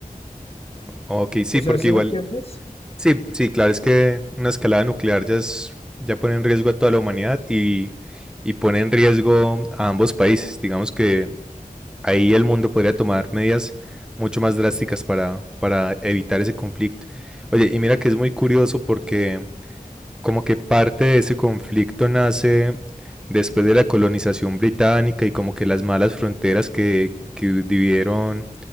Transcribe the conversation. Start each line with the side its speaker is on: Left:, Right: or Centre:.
Centre: Ok, sí,
Left: O sea,
Centre: porque
Left: ¿sí
Centre: igual
Left: me entiendes?
Centre: Sí, sí, claro, es que una escalada nuclear ya es, ya pone en riesgo a toda la humanidad y, y pone en riesgo a ambos países. Digamos que ahí el mundo podría tomar medidas mucho más drásticas para, para evitar ese conflicto. Oye, y mira que es muy curioso porque como que parte de ese conflicto nace después de la colonización británica y como que las malas fronteras que, que dividieron